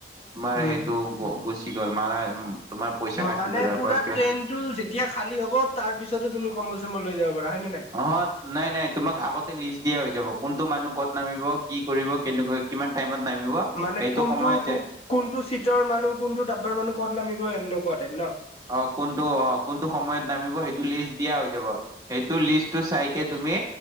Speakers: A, on the right; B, on the left.
A: তোমাৰ
B: উম।
A: সেইটো গুচি গ'ল, মাৰা উ, তোমাৰ পইচা কাটিব
B: মানে
A: তাৰ
B: পুৰা
A: পৰা কিবা
B: ট্ৰেইনতটো যেতিয়া খালী হ'ব তাৰ পিছতে তুমি কম্বল চম্বল লৈ যাব পাৰা, হয় নে নাই?
A: অ', নাই নাই তোমাক আগতে লিষ্ট দিয়া হৈ যাব, কোনটো মানুহ ক'ত নামিব? কি কৰিব? কেনেকুৱা কিমান টাইমত নামিব?
B: মানে
A: সেইটো
B: কোনটো
A: সময়ত যে
B: কোনটো চিটৰ মানুহ, কোনটো ডাব্বাৰ মানুহ কত নামিব এনেকুৱা টাইপ ন?
A: অ', কোনটো অ' কোনটো সময়ত নামিব সেইটো লিষ্ট দিয়া হৈ যাব। সেইটো লিষ্টটো চাই কে তুমি